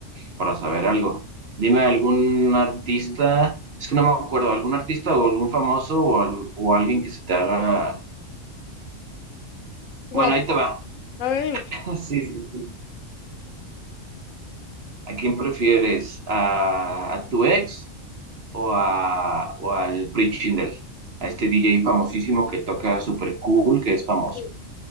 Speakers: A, on the right (about 55°); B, on the left (about 80°).
A: para saber algo. Dime algún artista, es que no me acuerdo, algún artista o algún famoso o, al- o alguien que se te haga.
B: Guap.
A: Bueno, ahí te va.
B: A ver,
A: <laughs> Sí, sí, ¿A quién prefieres? ¿A, a tu ex o, a, o al Prichindel? A este DJ famosísimo que toca super cool, que es famoso.
B: dime.